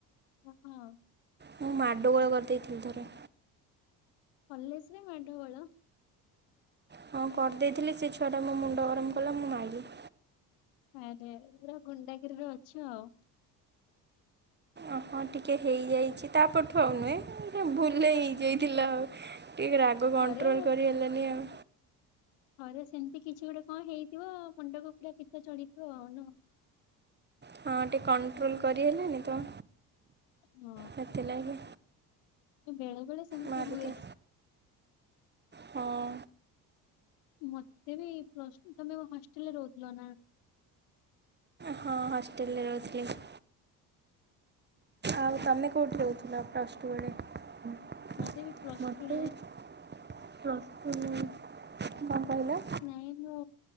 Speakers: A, on the left; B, on the right.
A: କହ।
B: ମୁଁ ମାଡଗୋଳ କରିଦେଇଥିଲି ଥରେ।
A: କଲେଜରେ ମାଡଗୋଳ।
B: ହଁ କରିଦେଇଥିଲି ସେ ଛୁଆଟା ମୋ ମୁଣ୍ଡ ଗରମ କଲା ମୁଁ ମାଇଲି।
A: ଆରେ ପୁରା ଗୁଣ୍ଡାଗିରିରେ ଅଛ ଆଉ।
B: ଓହଟିକେ ହେଇଯାଇଛି ତାପଠୁ ଆଉ ନୁହେଁ ଭୁଲ ହେଇଯାଇଥିଲା ଆଉ। ଟିକେ ରାଗ କଣ୍ଟ୍ରୋଲ୍
A: ଥରେ
B: କରି ହେଲାଣି ଆଉ।
A: ଘରେ ସେମିତି କିଛି ଗୋଟେ କଣ ହେଇଥିବ ମୁଣ୍ଡକୁ ପୁରା ପିତ ଚଢିଥିବ ଆଉନୁହେଁ।
B: ହଁ ଟିକେ କଣ୍ଟ୍ରୋଲ କରିହେଲାଣି ତ।
A: ହଁ।
B: ସେଥିଲାଗି
A: ବେଳେ ବେଳେ ସେମିତି
B: ମାରିଦିଏ।
A: ହୁଏ।
B: ହଁ।
A: ମତେ ବି ପ୍ଲସ ତମେ ହଷ୍ଟେଲରେ ରହୁଥିଲ ନା?
B: ହଁ ହଷ୍ଟେଲରେ ରହୁଥିଲି। ଆଉ ତମେ କେଉଁଠି ରହୁଥିଲ ପ୍ଲସ ଟୁ ବଳେ
A: ମତେ ବି ପ୍ଲସ୍
B: ମୋତେ
A: ଟୁ ଲେ
B: ପ୍ଲସ ଟୁ ରେ, କଣ କହିଲ?
A: ନାଇଁ ମୁଁ